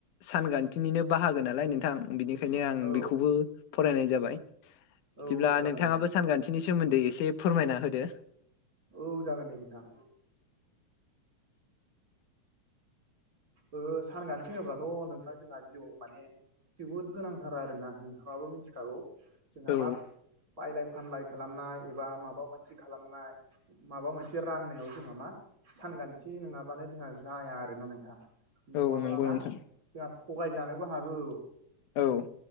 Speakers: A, on the left; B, on the right.
A: सानखान्थिनिनो बाहागो नालाय नोंथां बिनिखायनो आं
B: औ
A: बेखौबो। फरायनाय जाबाय
B: औ
A: बिदिब्ला
B: जागोन
A: नोंथाङाबो
B: दे नोंथां
A: सानखान्थिनि सोमोन्दै एसे फोरमायना होदो।
B: औ जागोन दे नोंथां।
A: <inaudible>
B: ओ सानखान्थि होनोब्ला थ नोंथां जोंहा जिउआव माने जोबोद गोनांथार आरोना नोंथाङाबो मिथिखागौ जोंहा
A: औ
B: मा। बायलाय फानलाय खालामनाय एबा माबा मोनसे खालामनाय। माबा मोनसे राननायाव जोंहा मा सानखान्थि नङाबानो जोंहा। जाया आरोना नोंथां नङाब्ला
A: औ नंगौ
B: मा
A: नोंथां
B: जोंहा थगायजानोबो हागौ।
A: औ